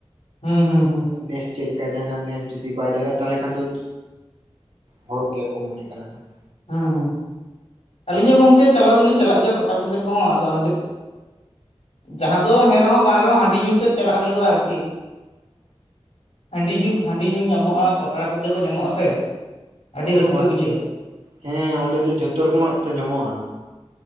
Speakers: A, on the left (about 85°); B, on the right (about 80°).
A: ᱦᱩᱸ ᱦᱩᱸ ᱦᱩᱸ
B: ᱱᱮᱥ ᱪᱮᱫ ᱞᱮᱠᱟᱭ ᱛᱟᱦᱮᱱᱟ ᱱᱮᱥ ᱡᱩᱫᱤ ᱵᱟᱭ ᱫᱟᱜᱟ ᱛᱟᱦᱚᱞᱮ ᱠᱷᱟᱱ ᱫᱚ ᱦᱚᱲᱚᱜ ᱜᱮᱭᱟ ᱠᱚ ᱢᱚᱱᱮᱜ ᱠᱟᱱᱟ ᱦᱟᱜ
A: ᱦᱩᱸ ᱦᱩᱸ ᱟᱹᱞᱤᱧ ᱦᱚᱸ ᱜᱚᱝᱠᱮ ᱪᱟᱞᱟᱣ ᱫᱚᱞᱤᱧ ᱪᱟᱞᱟᱜ ᱜᱮᱭᱟ ᱯᱟᱴᱟ ᱵᱤᱸᱫᱟᱹ ᱠᱚ ᱦᱚᱸ ᱟᱫᱚ ᱦᱟᱸᱰᱮ ᱡᱟᱦᱟᱸ ᱫᱚ ᱦᱮᱸ ᱨᱮᱦᱚᱸ ᱵᱟᱝ ᱨᱮ ᱦᱚᱸ ᱦᱟᱺᱰᱤ ᱧᱩᱛᱮᱫ ᱪᱟᱞᱟᱜ ᱦᱩᱭᱩᱜᱼᱟ ᱟᱨᱠᱤ ᱦᱟᱺᱰᱤ ᱧᱩ ᱦᱟᱺᱰᱤ ᱧᱩ ᱧᱟᱢᱚᱜᱼᱟ ᱯᱟᱛᱲᱟ ᱯᱤᱴᱷᱟᱹ ᱠᱚ ᱧᱟᱢᱚᱜᱼᱟ ᱥᱮ ᱟᱹᱰᱤ ᱨᱟᱹᱥᱠᱟᱹ
B: ᱦᱳᱭ
A: ᱵᱩᱡᱷᱟᱹᱜᱼᱟ
B: ᱦᱮᱸ ᱚᱸᱰᱮ ᱫᱚ ᱡᱷᱚᱛᱚ ᱨᱚᱠᱚᱢ-ᱟᱜ ᱛᱚ ᱧᱟᱢᱚᱜᱼᱟ